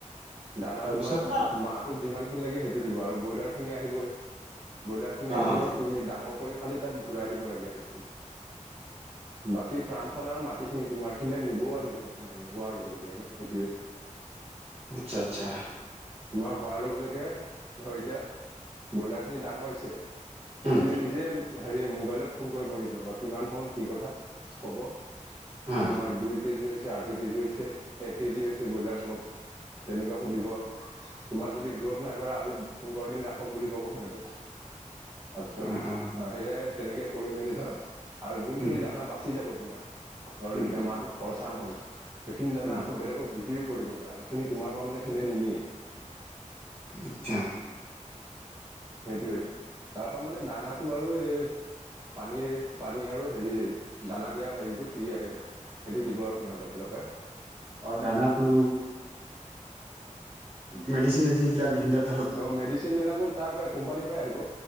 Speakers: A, on the right; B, on the right.
A: দানা
B: তাৰপিছত
A: তোমাক
B: অ
A: মাহটোত যিমান খিনি লাগে সেইটো দিব আৰু ব্ৰইলাৰ খিনি আহিবই। ব্ৰইলাৰ খিনি আহিব
B: অ
A: ধৰ তুমি ডাঙৰ কৰি শালি তাত ঘুৰাই দিব লাগে আৰু সেইবোৰ, বাকী ফাৰ্মখন মা গোটেইখিনি তোমাৰ সিননা নিবও আহি যাব তোমাৰ আৰু হোৱাৰ লগে লগে আৰু সেইটোৱে।
B: আচ্ছা আচ্ছা।
A: তোমাৰ হোৱাৰ লগে লগে ধৰ এতিয়া ব্ৰইলাৰ খিনি ডাঙৰ হৈছে।
B: উম
A: কিন্ত নিজে হেৰি মোবাইলত ফোন কৰিব নিজৰ বা কিমান হ'ল কি কথা কব।
B: অ
A: তোমাৰ দুই কেজি হৈছে। আঢ়ৈ কেজি হৈছে এক কেজি হৈছে ব্ৰইলাৰ চব, তেনেকুৱা সুধিব তোমাৰ যদি গ্ৰোথ নাই বঢ়া আৰু পোন্ধৰ দিন ৰাখক বুলি ক'ব সিহঁতে। তাৰপিছত
B: অ অ
A: সেয়াই তেনেকে কৰি মেলি ধৰ আৰু যোনখিনি
B: উম
A: দানা বাচি যাব তোমাৰ ধৰ
B: উম
A: এতিয়া মাহটোত খৰচা নহ'ল। সেইখিনি দানা
B: উম
A: আকৌ বেলেগক বিক্ৰীও কৰি দিব পাৰা, সেইখিনি তোমাৰ পৰা মানে এনেই নিনিয়ে।
B: আচ্ছা।
A: সেইটোৱেই, তাৰ পৰা মানে দানাটো আৰু এই পানীৰ, পানী আৰু হেৰি দানা দিয়া হেৰিটো ফ্ৰী আহে। সেইটো দিব আৰু সিহঁতৰ ফালৰ পৰাই।
B: অ দানাটো মেডচিন চেদিছিন বিলাগ খিহঁতক
A: অহ মেডিচিন বিলাকো তাৰ পৰা কোম্পানীৰ পৰাই আহিব,